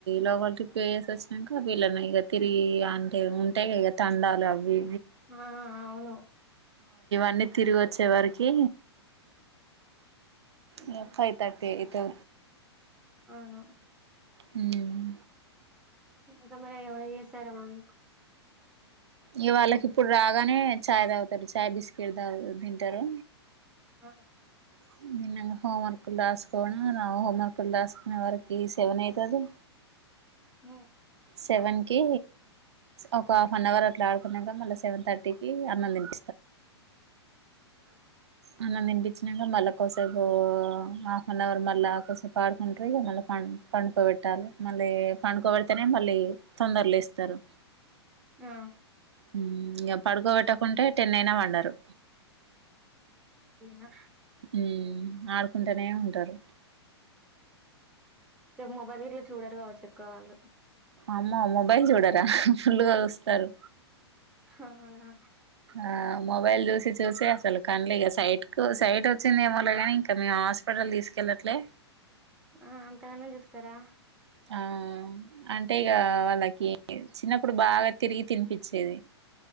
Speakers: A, on the right; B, in the centre.
A: లోకల్ ట్రిప్పేసేసాక వీళ్ళని ఇక తిరిగి అంటే ఉంటాయి కదా తండాలవి
B: ఆ అవును
A: అన్ని తిరిగొచ్చే వరకి
B: ఉమ్,
A: ఇగ ఫైవ్ థర్టీ అయి త
B: అవును
A: హ్మ్
B: ఇంకా మనం ఎవరయ్యేసారనుకో
A: ఇగ వాళ్ళకిప్పుడు రాగానే చాయ్ తాగుతారు చాయ్ బిస్కెట్ దాగ్ తింటారు
B: ఆ
A: హ్మ్ విన్న ఇంగ హోంవర్క్లు రాసుకోను రా హోంవర్క్లు రాసుకునే వరికి సెవన్ అయితది
B: హు
A: సెవెన్కి ఒక హాఫ్ అన్ అవర్ అట్లా ఆడుకున్నాక మళ్ళా సెవెన్ థర్టీకి అన్నాల్దింట
B: అవ్
A: అన్నం తినిపించినాక మళ్ళాకోసేపు హాఫ్ నే అవర్ మళ్ళాకోసేపు ఆడుకుంటారు మళ్ళ పండుకో వేట్టాలే మళ్ళీ పండుకోబడితేనే మళ్ళీ తొందరలేస్తరు
B: ఆ
A: ఉమ్ ఇగ పడుకోబెట్టకుంటే టెన్ అయినా వండరు
B: అంతేనా
A: ఉమ్ ఆడుకుంటూనే ఉంటరు
B: సేపు మొబైల్ గిట్ల చూడరు కావచ్చు ఎక్కువ వాళ్ళు
A: అమ్మో మొబైల్ చూడరా ఫుల్లుగా చూస్తారు
B: అవునా
A: ఆ మొబైల్ చూసి చూసి అసలు కండ్లీ ఇగ సైట్ కు సైట్ వచ్చింది ఏమోలే గాని ఇంకాని హాస్పిటల్ తీసుకెళ్ళట్లే
B: ఆ అంతగానం చూస్తారా
A: ఆ అంటే ఇగ వాళ్ళకి చిన్నప్పుడు బాగా తిరిగి తినిపించేది